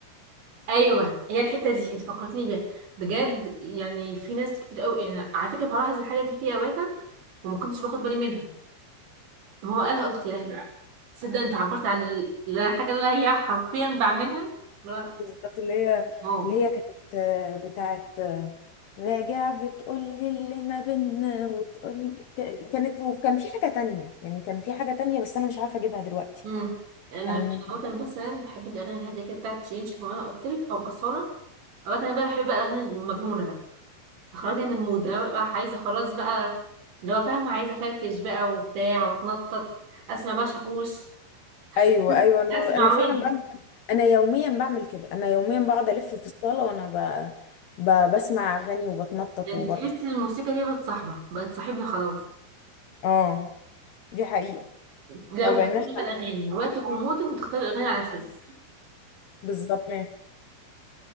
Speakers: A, on the right; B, on the left.
A: ايوه هي الحته دي انت فكرتني بيها بجد يعني في ناس كتير قوي انا على فكره بلاحظ الحاجه دي فيا اوقاتا وما كنتش باخد بالي منها ما هو قالها قلت يا لهوي تصدق انت عبرت عن ال- الحاجه اللي هي حرفيا بعملها اللي هو
B: بالظبط اللي هي
A: واو
B: اللي هي كانت آه، بتاعت آه، راجع بتقول لي اللي ما بينا وتقول كانت وكان في حاجه تانية يعني كان في حاجه تانية بس انا مش عارفه اجيبها دلوقتي
A: امم انا
B: كان
A: انا وطن بس انا بحب الاغاني الهاديه كده بتاعت تشينج كمان قلت لك او اصاله اوقات انا بقى بحب بقى الاغاني المجنونه بقى اخرجني من المود انا بقى عايزه خلاص بقى لو فاهمه عايزه افرفش بقى وبتاع واتنطط اسمع بقى شاكوش
B: ايوه
A: <laughs>
B: ايوه انا
A: اسمع
B: انا فعلا
A: ويجز
B: بعمل كده انا يوميا بعمل كده انا يوميا بقعد الف في الصاله وانا ب... ب... بسمع اغاني وبتنطط
A: يعني
B: وبرقص
A: تحسي الموسيقى دي بقت صاحبه بقت صاحبنا خلاص
B: اه دي حقيقه
A: لا
B: ما
A: وبتختار
B: بقيناش
A: بقى
B: <laughs>
A: الاغاني وقتك ومودك بتختار الاغاني على اساس
B: بالظبط